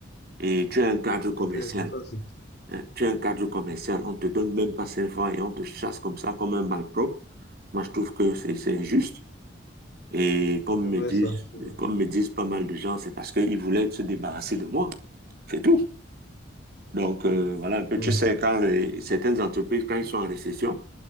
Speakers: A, on the right; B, on the left.
A: Et tu es un cadre commercial.
B: C'est clair, c'est pas, c'est
A: hein. Tu es un cadre commercial, on ne te donne même pas 5 francs et on te chasse comme ça, comme un malpropre. Moi, je trouve que c'est c'est injuste. Et comme
B: c'est
A: me
B: vrai,
A: disent,
B: ça. C'est vrai.
A: comme me disent pas mal de gens, c'est parce qu'ils voulaient se débarrasser de moi. C'est tout. Donc, euh, voilà un peu,
B: Hmm.
A: tu sais, quand les- certaines entreprises, quand ils sont en récession,